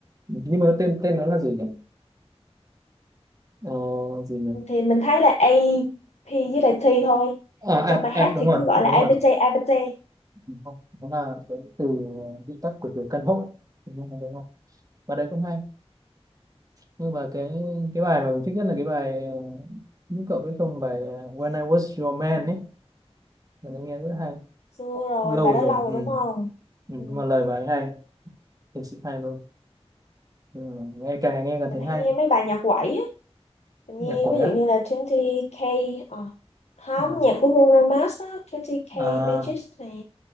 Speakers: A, on the right; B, on the left.
A: nhưng mà cái tên tên nó là gì nhỉ Ờ, gì nhỉ
B: thì mình thấy là A AP với lại T thôi
A: à
B: Tại
A: app
B: trong bài hát
A: app đúng
B: thì
A: rồi
B: cứ gọi
A: đúng
B: là A
A: rồi
B: pê tê A APT APT
A: Đúng không? nó là cái từ viết tắt của từ căn hộ đúng không đúng không và đấy cũng hay nhưng mà cái cái bài mà mình thích nhất là cái bài ờ, lúc cậu biết không bài ờ, When I Was Your Man ấy mình đã nghe rất hay
B: xưa rồi
A: lâu
B: bài đó
A: rồi
B: lâu rồi
A: ừ.
B: đúng
A: ừ.
B: không
A: nhưng
B: ừ.
A: mà lời bài hay thực sự hay luôn Nhưng mà nghe càng ngày nghe càng
B: mình
A: thấy
B: hay
A: hay
B: nghe mấy bài nhạc quẩy á mình nghe
A: nhạc quẩy
B: ví dụ
A: à
B: như là 20k ờ không
A: ừ.
B: nhạc của Bruno Mars á 20k
A: à,
B: Magic nè